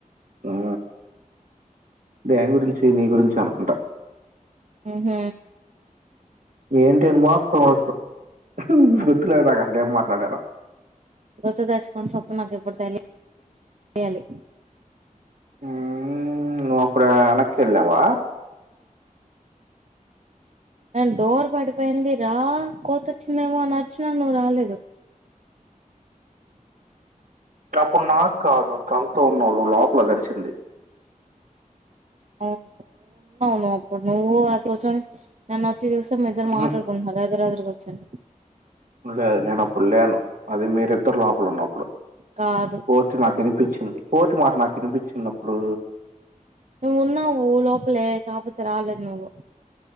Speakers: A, on the right; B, on the right.
A: ఆ దేని గురించి నీ గురించి అనుకుంట
B: ఉ హ్
A: ఏంటి అని మాత్రం అడక్కు హ్ హ్ గుర్తులేదు నాకు అసలేం మాట్లాడానో
B: గుర్తు తెచ్చుకొని చెప్పు నాకు ఇప్పుడు తెలియాలి
A: ఊ నువ్వు అప్పుడు ఎనకెళ్ళావా
B: నేను డోర్ పడిపోయింది రా కోతి వచ్చిందేమో అని అరిచినా నువ్వు రాలేదు
A: అప్పుడు నాక్కాదు తనతో ఉన్నావ్ నువ్వు లోపల అది అరిచింది.
B: అవును నువ్వు ఉన్నావ్ నువ్వు అప్పుడు నువ్వు అది కూచొని నేను వచ్చి చూస్తే మీ ఇద్దరు
A: ఉహుం,
B: మాట్లాడుకుంటున్నారు ఎదురు ఎదురుగా. చే <inaudible>
A: లేదు నేను అప్పుడు లేను అది మీర్ ఇద్దరు లోపలున్నం అప్పుడు
B: కాదు
A: కోతి నాకు వినిపిచ్చింది. కోతి మాట నాకు వినిపిచ్చింది అప్పుడు
B: నువ్వు ఉన్నావు లోపలే కాకపోతే. తే రాలేదునువ్వు.